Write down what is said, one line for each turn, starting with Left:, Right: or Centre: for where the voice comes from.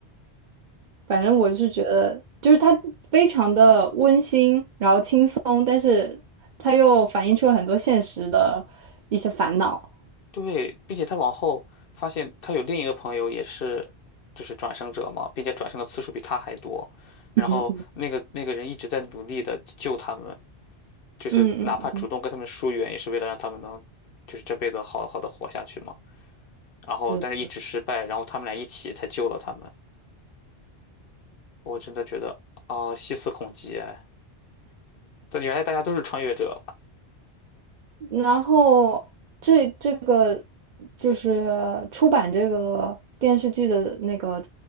Right: 反正我是觉得，就是他非常的温馨，然后轻松，但是他又反映出了很多现实的一些烦恼。
Left: 对，并且他往后发现他有另一个朋友也是，就是转生者嘛，并且转生的次数比他还多。然后那个那个人一直在努力的救他们，
Right: <laughs> 嗯
Left: 就是哪怕主动跟他们疏远，
Right: 嗯
Left: 也是为了让他们能，就是这辈子好好的活下去嘛。然后但是一直失败，
Right: 嗯，是。
Left: 然后他们俩一起才救了他们。我真的觉得啊，细思恐极哎！但原来大家都是穿越者。
Right: 然后这这个就是出版这个电视剧的那个